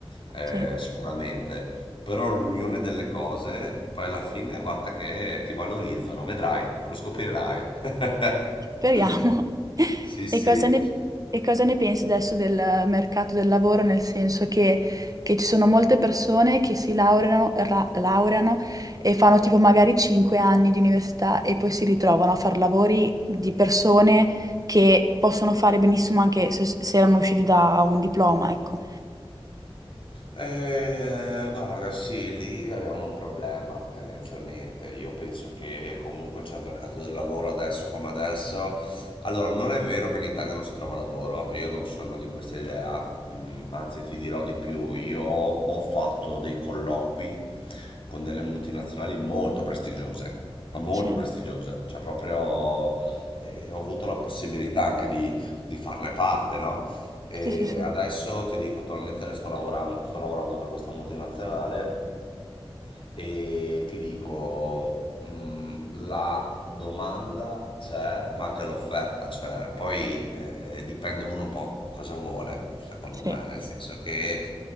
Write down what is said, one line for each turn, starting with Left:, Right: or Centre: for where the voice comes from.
Left: Eh,
Right: Sì.
Left: sicuramente però l'unione delle cose, poi alla fine guarda che ti valorizzano, vedrai, lo scoprirai. <laughs>
Right: Speriamo. <laughs>
Left: Sì, sì.
Right: E cosa ne, e cosa ne pensi adesso del mercato del lavoro? Nel senso che, che ci sono molte persone che si laureano, ra- laureano e fanno tipo magari 5 anni di università e poi si ritrovano a fare lavori di persone che possono fare benissimo anche se, se erano usciti da un diploma, ecco.
Left: Eh, guarda, sì, lì abbiamo un problema tendenzialmente. Io penso che comunque c'è il mercato del lavoro adesso come adesso. Allora, non è vero che in Italia non si trova lavoro, io non sono di questa idea, Mm, anzi ti dirò di più, io ho fatto dei colloqui con delle multinazionali molto prestigiose, ma molto
Right: Sì,
Left: prestigiose, cioè proprio eh, ho avuto la possibilità anche di, di farne parte, no? E
Right: sì, sì, sì.
Left: adesso ti dico, attualmente ne sto lavorando, sto lavorando per questa multinazionale e ti dico, mh, la domanda c'è, ma anche l'offerta c'è. Poi eh, dipende uno un po' cosa vuole, secondo
Right: Sì.
Left: me, nel senso che